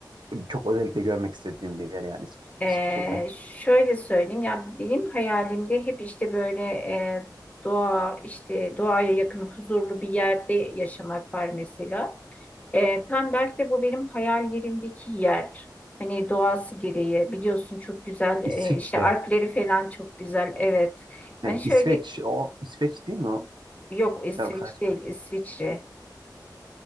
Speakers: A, on the right (about 85°); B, on the left (about 20°).
A: e, çok özellikle görmek istediğim bir yer yani İsvi-
B: eee,
A: İsviçre'de?
B: şöyle söyleyeyim ya benim hayalimde hep işte böyle eee, doğa işte doğaya yakın huzurlu bir yerde yaşamak var mesela. Eee tam belki de bu benim hayallerimdeki yer. Hani doğası gereği biliyorsun çok güzel eee,
A: İsviçre.
B: işte Alpleri falan çok güzel evet.
A: Şey,
B: Yani şöyle
A: İsveç o İsveç değil mi o?
B: yok İsveç
A: Biraz karıştırdım.
B: değil İsviçre.